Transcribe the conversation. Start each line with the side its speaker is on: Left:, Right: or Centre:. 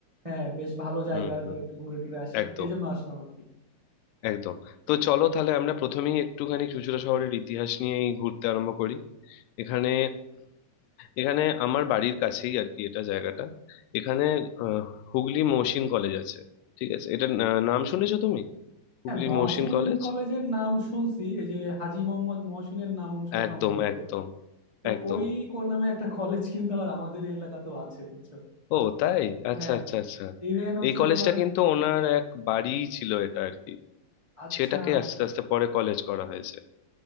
Right: হ্যাঁ বেশ ভালো জায়গা
Left: হুম হুম
Right: তো একটু ঘুরে টুরে আসি
Left: একদম
Right: এই জন্য আসলাম আর কি
Left: একদম তো চলো তাহলে আমরা প্রথমেই একটুখানি চুঁচুড়া শহরের ইতিহাস নিয়েই ঘুরতে আরম্ভ করি এখানে এখানে আমার বাড়ির কাছেই আর কি এটা জায়গাটা এখানে আহ, হুগলি মহসিন কলেজ আছে ঠিক আছে এটা নাম শুনেছো তুমি হুগলি
Right: হ্যাঁ মহসিন
Left: মহসিন কলেজ
Right: কলেজের নাম শুনছি এই যে হাজী মোহাম্মদ মহসিনের নাম অনুসারে
Left: একদম
Right: সম্ভবত
Left: একদম
Right: তো
Left: একদম
Right: ওই কোন নামে একটা কলেজ কিন্তু আবার আমাদের এই এলাকাতেও আছে বুঝছো
Left: ও তাই আচ্ছা
Right: হ্যাঁ
Left: আচ্ছা আচ্ছা
Right: ইভেন হচ্ছে
Left: এই কলেজটা
Right: তোমার
Left: কিন্তু ওনার এক বাড়িই ছিল এটা আর কি
Right: আচ্ছা
Left: সেটাকে আস্তে আস্তে পরে কলেজ করা হয়েছে